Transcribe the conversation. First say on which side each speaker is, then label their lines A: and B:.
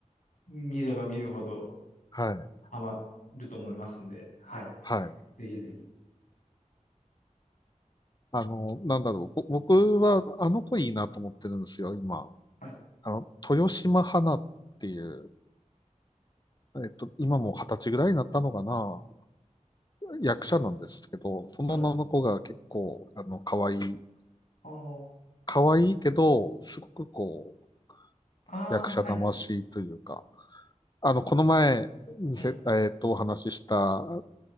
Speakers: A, on the left; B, on the left.
A: 見れば見るほど
B: はい。
A: ハマると思いますんで、はい、
B: はい。
A: ぜひぜひ。
B: あの、なんだろう。ぼ僕は、あの子いいなと思ってるんですよ、今。
A: はい。
B: あの、豊島花っていう、えっと、今も二十歳ぐらいになったのかな、役者なんですけど、
A: うん、
B: その女の子が結構、
A: はい。
B: あの、可愛い、
A: あー
B: 可愛いけど、すごくこう、
A: あー、
B: 役者魂というか、
A: はい、はい、
B: あの、この前、見せ、
A: はい、
B: えっと、お話しした、